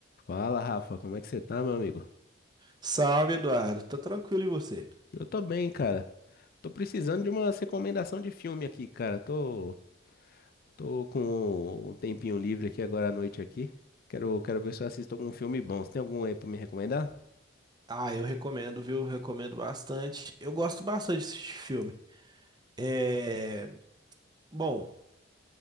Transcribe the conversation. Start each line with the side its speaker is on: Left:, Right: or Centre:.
Left: Fala, Rafa, como é que você tá, meu amigo?
Right: Salve, Eduardo. Tá tranquilo e você?
Left: Eu tô bem, cara. Tô precisando de uma recomendação de filme aqui, cara. Tô, tô com um tempinho livre aqui agora à noite aqui. Quero, quero ver se eu assisto algum filme bom. Você tem algum aí pra me recomendar?
Right: Ah, eu recomendo, viu? Recomendo bastante. Eu gosto bastante de assistir filme. É... Bom,